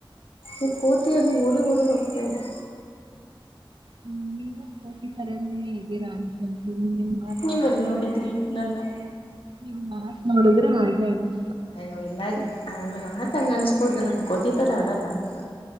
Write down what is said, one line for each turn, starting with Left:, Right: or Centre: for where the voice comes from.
Left: ಈ ಕೋತಿಯಲ್ಲಿ ಓಡಿ ಓಡಿ ಹೋಗ್ತಾ ಇದೆ.
Right: ಹೂ ಕೋತಿ ತರಾನೇ ಇದ್ದೀರಾ ಅನ್ಕೊಂತೀನಿ ನಿಮ.
Left: ನೀವೆಲ್ ನೋಡಿದ್ರಿ ನನ್ನ.
Right: ನಿಮ್ಮ ಮಾತ ನೋಡಿದ್ರೆ ಹಾಗೆ ಅನೀ
Left: ಅಯ್ಯೋ ಇಲ್ಲಾರಿ ಹಂಗ ಮಾತ್ಂಗ ಅನ್ಸ್ಬೋದು ನಾನ್ ಕೋತಿತರ ಆಡಲ್ಲ ಹಂಗೆಲ್ಲ.